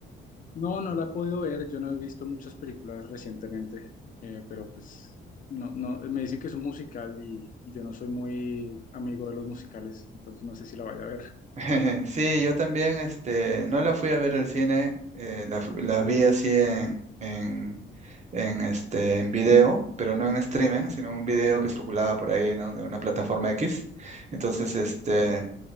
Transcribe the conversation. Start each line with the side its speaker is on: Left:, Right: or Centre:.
Left: No, no la he podido ver, yo no he visto muchas películas recientemente, eh, pero pues no, no, me dicen que es un musical y, y yo no soy muy amigo de los musicales, entonces no sé si la vaya a ver.
Right: <laughs> Sí, yo también, este, no la fui a ver al cine, eh, la, fu- la vi así en, en, en, este, en video, pero no en streaming, sino en un video que circulaba por ahí, ¿no? De una plataforma X. Entonces, este,